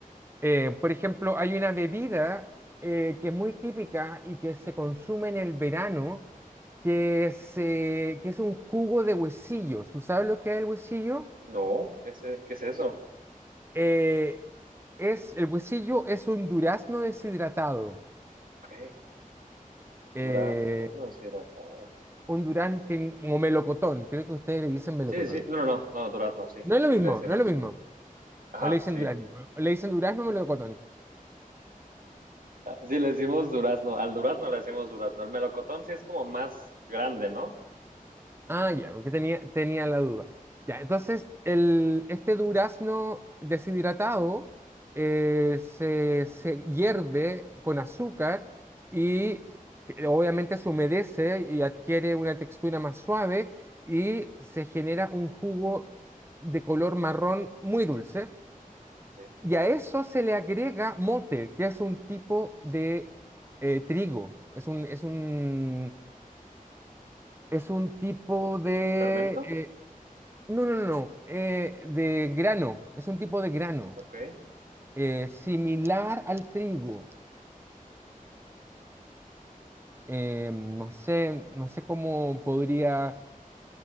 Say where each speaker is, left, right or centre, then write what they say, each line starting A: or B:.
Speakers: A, on the right (about 15°); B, on the right (about 75°).
A: Eh, por ejemplo, hay una bebida eh, que es muy típica y que se consume en el verano, que es, eh, que es un jugo de huesillos. ¿Tú sabes lo que es el huesillo?
B: No, ¿qué es, qué es eso?
A: Eh, es, el huesillo es un durazno deshidratado,
B: Ok,
A: eh,
B: dura- durazno deshidratado.
A: un durazno que, o melocotón, creo que ustedes le dicen melocotón.
B: Sí, sí, sí, no, no, no, no, durazno, sí,
A: No es
B: sí,
A: lo mismo,
B: le decimos
A: no es lo mismo.
B: eso. Ajá,
A: O le dicen
B: sí.
A: durazno, o le dicen durazno o melocotón.
B: Sí, le decimos durazno. Al durazno le decimos durazno. El melocotón sí es como más grande, ¿no?
A: Ah, ya, porque tenía, tenía la duda. Ya, entonces el, este durazno deshidratado eh, se, se hierve con azúcar y que obviamente se humedece y adquiere una textura más suave y se genera un jugo de color marrón muy dulce.
B: Sí.
A: Y a eso se le agrega mote, que es un tipo de eh, trigo. Es un, es un, es un tipo de...
B: ¿Fermento?
A: eh, no, no, no, no. eh, de grano. Es un tipo de grano.
B: Ok.
A: eh, similar al trigo. Eh, no sé, no sé cómo podría.